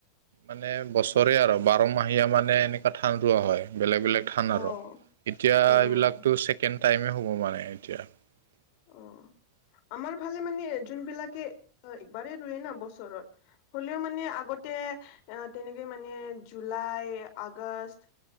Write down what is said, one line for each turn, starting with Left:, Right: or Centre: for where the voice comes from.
Right: মানে বছৰে আৰ বাৰমাহীয়া মানে এনেকুৱা ঠান ৰোৱা হয়। বেলেগ বেলেগ থান আৰু
Left: অ
Right: এতিয়া
Left: উম
Right: এইবিলাকো
Left: উম উম
Right: ছেকেণ্ড টাইমে হ'ব মানে এতিয়া। ।
Left: অ
Right: <inaudible>
Left: আমাৰ ফালে মানে যোনবিলাকে একবাৰেই ৰুয়ে না বছৰত। হ'লেও মানে আগতে অ তেনেকে মানে জুলাই আগষ।